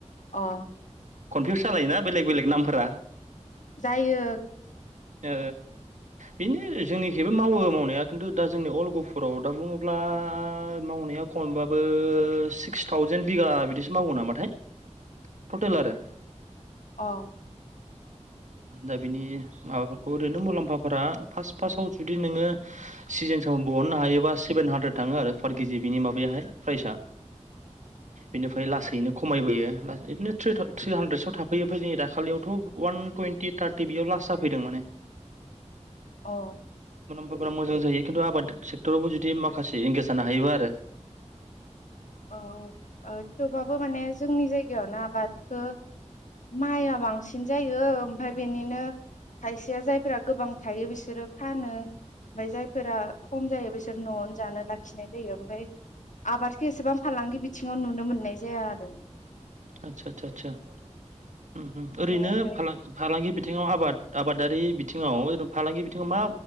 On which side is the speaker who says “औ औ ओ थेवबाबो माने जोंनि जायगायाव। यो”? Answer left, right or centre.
Left